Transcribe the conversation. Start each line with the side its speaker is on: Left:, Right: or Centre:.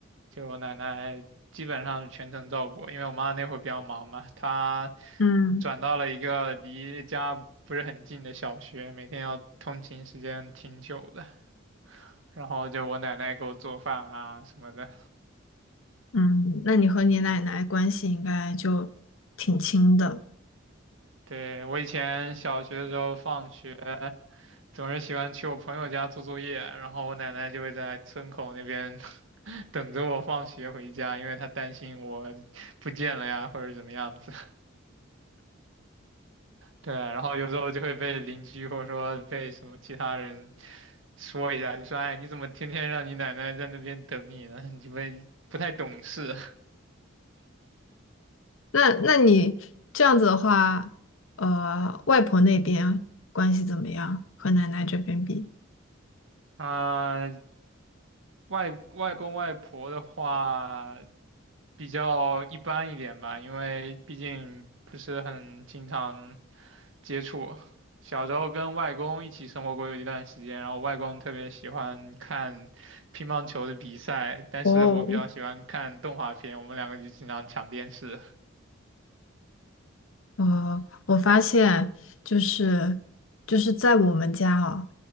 Right: 就我奶奶基本上是全程照顾我因为我妈那会儿比较忙嘛，她
Left: 嗯。
Right: 转到了一个离家不是很近的小学，每天要通勤时间挺久的。然后就我奶奶给我做饭啊什么的。
Left: 嗯，那你和你奶奶关系应该就挺亲的。
Right: 对，我以前小学的时候放学总是喜欢去我朋友家做作业，然后我奶奶就会在村口那边 <laughs> 等着我放学回家，因为她担心我不见了呀或者怎么样子。对，然后有时候就会被邻居或者说被什么其他人说一下，就说：“哎，你怎么天天让你奶奶在那边等你呢？<laughs> 你们不太懂事。”
Left: 那那你这样子的话，呃，外婆那边关系怎么样？和奶奶这边比？
Right: 啊、外外公外婆的话比较一般一点吧，因为毕竟不是很经常接触。小时候跟外公一起生活过有一段时间，然后外公特别喜欢看乒乓球的比赛，但是我比较喜欢看动画片，
Left: 哦，
Right: 我们两个就经常抢电视。
Left: 呃，我发现就是就是在我们家哦，